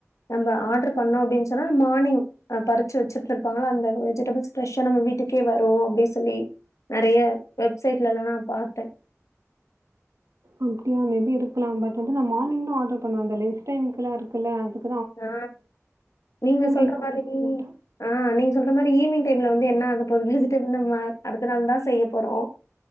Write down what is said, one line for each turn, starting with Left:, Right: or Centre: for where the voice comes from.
Left: நம்ம ஆர்டர் பண்ணோ அப்டின் சொன்னா மார்னிங் அ பறிச்சு வச்சுருந்துருபாங்கள அந்த வெஜிடபிள்ஸ் ப்ரஷ்ஷா நம்ம வீட் வீட்டுக்கே வரு அப்டி சொல்லி நெறைய வெப்சைட்லல்லா நா பாத்தே
Right: ம் அப்டியா மேபி இருக்லா பட் வந்து நா மானிங் தா ஆர்டர் பண்ணுவ அந்த லன்ச் டைம்கல்லா இருக்குல அதுக்
Left: நா நீங்க சொல்ற
Right: டைம் ஆர்டர்
Left: மாரி
Right: பண்ண மாட்டேன்.
Left: அ நீங்க சொல்ற மாரி ஈவ்னிங் டேம்ல வந்து என்ன ஆக போகுது வெஜிடபிள் நம் அடுத்த நாள் தா செய்ய போறோ